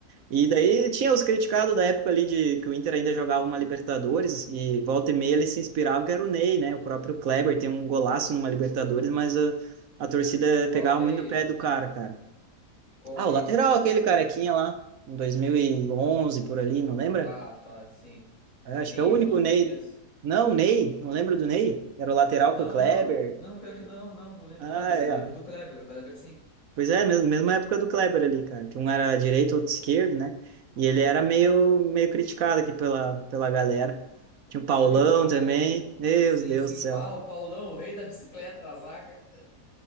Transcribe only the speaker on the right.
E
daí tinha os criticados da época ali de que o Inter ainda jogava uma Libertadores e volta e meia ele se inspirava, que era o Ney, né? O próprio Kleber tem um golaço numa Libertadores, mas a, a torcida
pegava
muito no pé do cara, cara.
Ah,
o lateral,
aquele carequinha lá, em 2011 por ali, não lembra?
É, acho
que é o único Ney.
Não, o Ney, não lembro do Ney. Era o lateral
com o Kleber.
Ah,
é,
ó.
Pois é, mesmo, mesma época do Kleber ali, cara, que um era direito, outro esquerdo, né? E ele era meio, meio criticado aqui pela, pela galera. Tinha o Paulão
também,
meu
Deus
do céu.